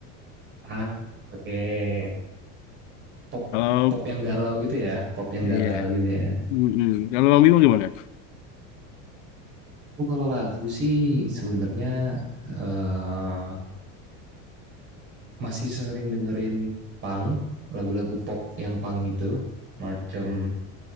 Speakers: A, on the right; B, on the left.
A: Ah, oke. Okay. pop
B: kalau
A: pop yang galau gitu ya, pop yang galau
B: iya
A: gitu ya.
B: Mm-mm. kalau Bang Bimo gimana
A: Aku kalau lagu sih sebenarnya eh, masih sering dengerin punk, lagu-lagu pop yang punk gitu, macam